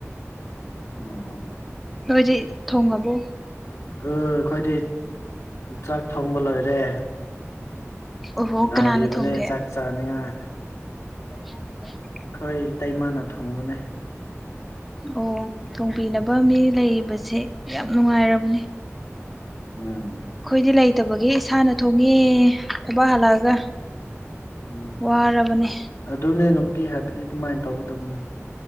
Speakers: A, on the left; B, in the centre.
A: ꯑꯣ
B: ꯅꯣꯏꯗꯤ ꯊꯣꯡꯉꯕꯣ
A: ꯎꯝ ꯑꯩꯈꯣꯏꯗꯤ ꯆꯥꯛ ꯊꯣꯡꯕ ꯂꯣꯏꯔꯦ꯫
B: ꯑꯣꯍꯣ
A: ꯉꯥꯏꯔꯤꯕꯅꯦ
B: ꯀꯅꯥꯅ ꯊꯣꯡꯒꯦ
A: ꯆꯥꯛ ꯆꯥꯅꯤꯉꯥꯏ꯫
B: <inaudible>
A: ꯑꯩꯈꯣꯏ ꯏꯇꯩꯩꯃꯥꯅ ꯊꯣꯡꯕꯅꯦ꯫
B: ꯑꯣ ꯊꯣꯡꯕꯤꯅꯕ
A: ꯎꯝ
B: ꯃꯤ ꯂꯩꯕꯁꯦ ꯌꯥꯝ ꯅꯨꯡꯉꯥꯏꯔꯕꯅꯦ꯫
A: ꯎꯝ
B: ꯑꯩꯈꯣꯏꯗꯤ ꯂꯩꯇꯕꯒꯤ ꯏꯁꯥꯅ ꯊꯣꯡꯉꯦ ꯊꯕꯛ ꯍꯜꯂꯛꯑꯒ
A: ꯎꯝ
B: ꯋꯥꯔꯕꯅꯦ
A: ꯑꯗꯨꯅꯦ ꯅꯨꯄꯤ ꯍꯥꯏꯕꯗꯤ ꯑꯗꯨꯃꯥꯏꯅ ꯇꯧꯒꯗꯕꯅꯦ꯫